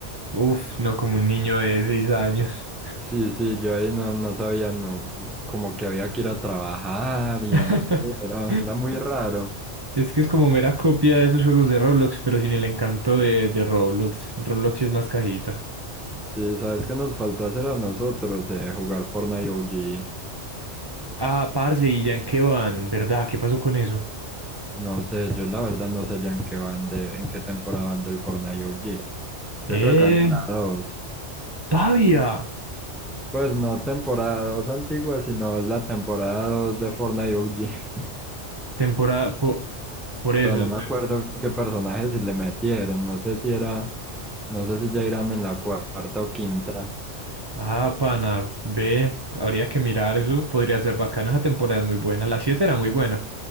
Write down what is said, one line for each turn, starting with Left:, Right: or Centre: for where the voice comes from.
Right: uff, no como un niño de seis años.
Centre: Sí, sí, yo ahí no, no sabía, no, como que había que ir a trabajar y
Right: <laughs>
Centre: no sé, era, era muy raro.
Right: Es que es como mera copia de esos juegos de Roblox, pero sin el encanto de, de Roblox. Roblox sí es más cajita.
Centre: Sí, ¿sabes qué nos faltó hacer a nosotros? Eh, jugar Fortnite OG.
Right: Ah, parce, ¿y ya en qué van? ¿Verdad? ¿Qué pasó con eso?
Centre: No sé, yo la verdad no sé ya en qué van de, en qué temporada van del Fortnite OG. Yo
Right: ¡Eh!
Centre: creo que van en la 2.
Right: ¡Pavia!
Centre: Pues no temporada 2 antigua, sino es la temporada 2 de Fortnite OG. <laughs>
Right: Temporada, po- por eso.
Centre: Pero no
Right: entonces,
Centre: me acuerdo qué personajes si le metieron. No sé si era, no sé si ya irán en la cuarta o quinta.
Right: Ah, pana, ve, habría que mirar eso, podría ser bacano, esa temporada es muy buena, la 7 era muy buena.